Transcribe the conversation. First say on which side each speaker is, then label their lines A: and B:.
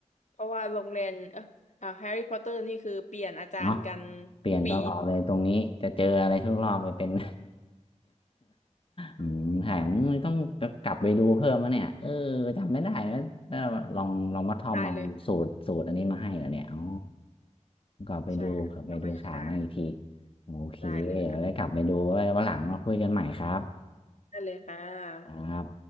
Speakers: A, on the left (about 70°); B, on the left (about 45°).
A: เพราะว่าโรงเรียนเอออ่าแฮร์รี่พอตเตอร์นี่คือเปลี่ยนอาจารย์กัน
B: เนาะ เปลี่ยนตลอดเลยตรงนี้จะเจออะไรทุกรอบไปเป็น
A: ทุกปี
B: <laughs> อืมถ่ายมึงต้องกลับไปดูเพิ่มนะเนี่ยเออจำไม่ได้แล้วแล้วลองลองมาทอมเอาสูตรสูตรอันนี้มาให้เหรอเนี่ยอ๋อ
A: <laughs> ได้เลยค่ะ
B: กลับไปดูกลับไปดูฉากนั้นอีกที
A: ใช่ค่ะเราไปดูได้
B: โอเคเดี๋ยวได้กลับไปดูไว้วันหลังมาคุยกันใหม่ครับ
A: ได้เลยค่ะได้เลยค่ะ
B: ครับ